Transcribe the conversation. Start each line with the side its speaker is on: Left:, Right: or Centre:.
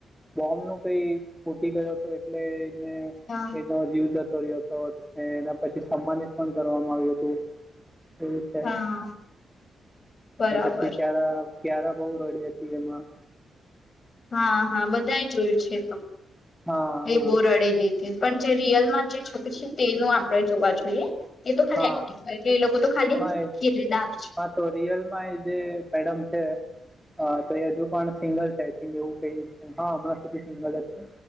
Centre: બોમ્બ નું કઈ ફૂટી ગયો હતો એટલે એને
Left: હા
Centre: જીવ જતો રહ્યો હતો અને એના પછી સન્માનિત પણ કરવામાં આવ્યું હતું. એવું છે
Left: હા બરાબર
Centre: પછી ક્યારે કિયારા બહુ રડી હતી એમાં.
Left: હા હા બધા જોયું છે. તો
Centre: હા
Left: એ
Centre: હા
Left: બોવ રડેલી તે પણ જે રિયલમાં જે છોકરી છે તેનું આપણે જોવા જોઈએ. એ તો ખાલી
Centre: હા
Left: એક્ટિંગ કરે એ લોકો તો ખાલી
Centre: હા એ
Left: ઘીર લીધા આવે છે
Centre: હા તો રિયલ માં એ જે મેેડમ છે હા તો એ હજુ પણ સિંગલ છે આઈ થક એવું કઈ હા હમણાં સુધી સિંગલ જ છે.